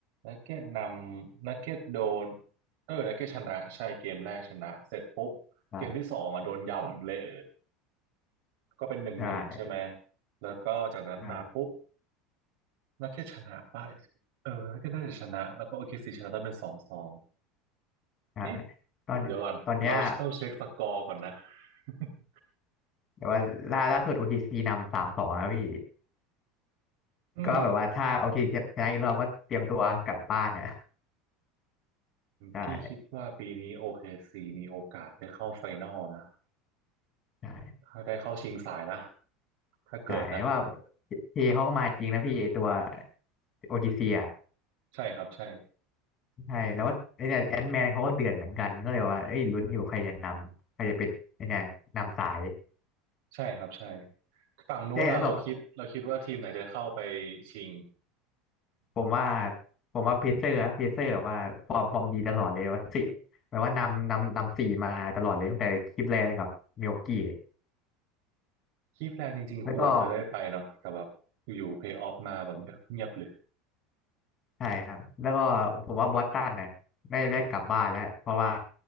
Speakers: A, on the right; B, on the left.
A: นักเก็ตนำนักเก็ตโดนเออนักเก็ตชนะ ใช่เกมแรกชนะเสร็จปุ๊บเกมที่สองอ่ะโดนยาวเละ
B: ใช่
A: ก็เป็นหนึ่งหนึ่งใช่ไหม
B: ใช่
A: แล้วก็จากนั้นมาปุ๊บ
B: ใช่า
A: นักเก็ตชนะป่ะ เออนักเก็ตน่าจะชนะแล้วก็โอเคซีชนะต้องเป็นสองสอง
B: ใช่
A: เอ๊ะ
B: ตอนตอนเนี้ย
A: เดี๋ยวก่อนเราต้องเช็คสกอร์ก่อนนะ <laughs>
B: แต่ว่าล่าล่าสุด o ซ c นำสามสองแล้วพี่
A: อืม
B: ก็แบบว่าถ้า OKC ชนะอีกรอบก็เตรียมตัวกลับบ้านนะใช่
A: พี่คิดว่าปีนี้โอเคซีมีโอกาสได้เข้าไฟนอลนะ
B: ใช่
A: ถ้าได้เข้าชิงสายนะ ถ้าเกิดนะ
B: ใช่แต่ว่าเทเขาก็มาจริงนะพี่ไอตัว o ซ c อ่ะ
A: ใช่ครับใช่
B: ใช่แล้วว่าไอเนี่ยแอนแมนเขาก็เดือดเหมือนกันก็เลยว่าเอ้ยลุ้นอยู่ใครจะนำใครจะเป็นไอเนี่ยนำสาย
A: ใช่ครับใช่ฝั่งนู้นอ่ะเราคิดเราคิดว่าทีมไหนจะเข้าไป
B: ใช่แล้วแบบ
A: ชิง
B: ผมว่าผมว่าเพเซอร์อะเพเซอร์แบบว่าฟอร์มฟอร์มดีตลอดเลยว่าสี่แปลว่านำนำนำสี่มาตลอดเลยตั้งแต่คลิปแรกเลยรับมิวกี้
A: คีแพลนจริงๆควรจะได้ไปเนาะแต่แบบอยู่เพลย์ออฟมาแบบเงียบเลย
B: แล้วก็ใช่ครับแล้วก็ผมว่าบอสตันน่ะได้ได้กลับบ้านแล้วเพราะว่า